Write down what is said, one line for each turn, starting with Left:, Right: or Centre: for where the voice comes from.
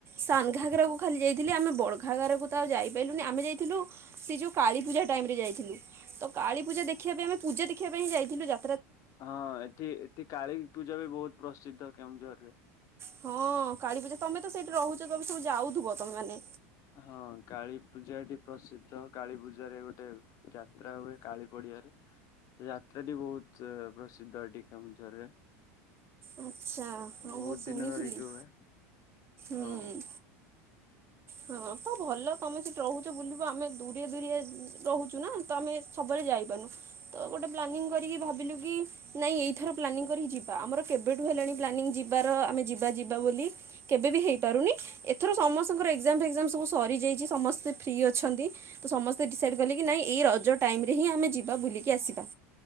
Right: ସାନଘାଗରାକୁ ଖାଲି ଯାଇଥିଲି ଆମେ ବଡଘାଘରକୁ ତ ଆଉ ଯାଇପାରିଲୁନି ଆମେ ଯାଇଥିଲୁ ସେ ଯୋଉ କାଳୀପୂଜା ଟାଇମ ରେ ଯାଇଥିଲୁ ତ କାଳୀପୂଜା ଦେଖିବା ପାଇଁ ଆମେ ପୂଜା ଦେଖିବା ପାଇଁ ଯାଇଥିଲୁ ଯା
Left: ହଁ ଏଠି ଏଠି କାଳୀ ପୂଜା ବି ବହୁତ ପ୍ର ଶିଦ୍ଧ କେଉଁଝରରେ।
Right: ହଁ କାଳୀପୂଜା ତମେ ତ ସେଇଠି ରହୁଛ ତମ ସବୁ ଯାଉଥିବ। ତମେ ମାନେ।
Left: ହଁ କାଳୀ ପୂଜା ଏଠି ପ୍ରସିଦ୍ଧ। କାଳୀ ପୂଜାରେ ଗୋଟେ ଯାତ୍ରା ହୁଏ କାଳୀ ପଡିଆରେ ସେ ଯାତ୍ରା ଟି ବହୁତ ପ୍ରସିଦ୍ଧ ଏଠି କେଉଁଝରରେ।
Right: ଆଛା ହଁ
Left: ବହୁତ
Right: ମୁଁ ଶୁଣିଥିଲି
Left: ଦିନ ଧରିକି ହୁଏ।
Right: ହୁଁ।
Left: ହଁ
Right: ହଁ ତ ଭଲ ତମେ ସେଠି ରହୁଛ ବୁଲିବୁ ଆମେ ଦୁରେ ଦୁରିଆ ରହୁଛୁ ନା ତ ଆମେ ସବୁବେଳେ ଯାଇପାରୁନୁ ତ ଗୋଟେ ପ୍ଲାନିଂ କରିକି ଭାବିଲୁ କି ନାଇଁ ଏଇଥର ପ୍ଲାନିଂ କରିକି ଯିବା ଆମର କେବେଠୁ ହେଲାଣି ପ୍ଲାନିଂ ଯିବାର ଆମେ ଯିବା ଯିବା ବୋଲି କେବେବି ହେଇପାରୁନି ଏଥର ସମସ୍ତଙ୍କର ଏକ୍ଜାମ ଫେକ୍ଜାମ ସବୁ ସରିଯାଇଛି ସମସ୍ତେ ଫ୍ରି ଅଛନ୍ତି ତ ସମସ୍ତେ ଡିସାଇଡ୍ କଲେ କି ନାଇଁ ଏଇ ରଜ ଟାଇମ ରେ ହିଁ ଆମେ ଯିବା ବୁଲିକି ଆସିବା।